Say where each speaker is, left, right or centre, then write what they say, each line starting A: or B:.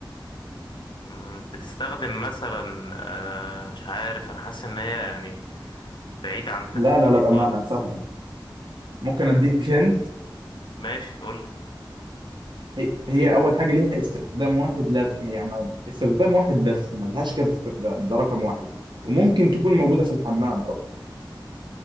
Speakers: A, on the left; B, on the right.
A: مم، بتستخدم مثلا أه، مش عارف أنا حاسس إن هي يعني بعيد عن تفكيري
B: لا لا لا بامانه
A: خالص
B: سهله ممكن اديك هند
A: ماشي قولي
B: هي هي اول حاجه ليها استخدام واحد لا يعني ما- استخدام واحد بس ملهاش كذا استخدام ده رقم واحد وممكن تكون موجوده في الحمام برضه